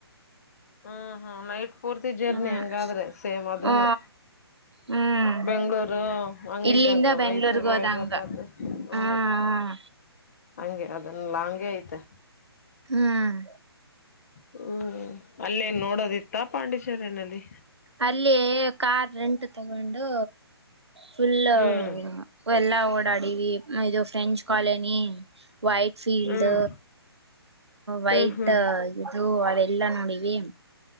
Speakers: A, on the left; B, on the right.
A: ಹ್ಮ್ ಹ್ಮ್ ನೈಟ್ ಪೂರ್ತಿ ಜರ್ನಿ
B: ಹ್ಮ್
A: ಹಂಗಾದ್ರೆ ಸೇಮ್ ಅದನ್ನು
B: ಹ್ಮ ಹ್ಮ್
A: ಬೆಂಗ್ಗಳೂರು ಹಂಗ
B: ಇಲ್ಲಿಂದ
A: ಇದಿದ್ದಂಗ
B: ಬೆಂಗ್ಳೂರ್ಗ
A: ಮೈಸೂರು
B: ಹೋದಂಗ
A: ಹೈದ್ರಾಬಾಾದ ಹ್ಮ್ ಹ
B: ಹ್ಮ್
A: ಹಂಗೆ ಅದನ್ನ ಲಾ ಹಂಗಗೆ ಐ್ತೆ
B: ಹ್ಮ್
A: ಹ್ಮ್ ಅಲ್ಲೇನ್ ನೋಡೋದಿತ್ತ ಪಾಂಡಿಚೇರನಲ್ಲಿ
B: ಅಲ್ಲಿ ಕಾರ್ ರೆಂಟ್ ತಗೊಂಡು ಫುಲ್ಲ
A: ಹ್ಮ್
B: ಎಲ್ಲಾ ಓಡಾಡವಿ ಇದು ಫ್ರೆಂಚ್ ಕಾಲನಿ ವೈಟ್ ಫೀಲ್ಡ್
A: ಹ್ಮ್
B: ವೈಟ್
A: ಹ್ಮ್ ಹ್ಮ್
B: ಅದು ಅದೆಲ್ಲ ನೋಡಿವವಿ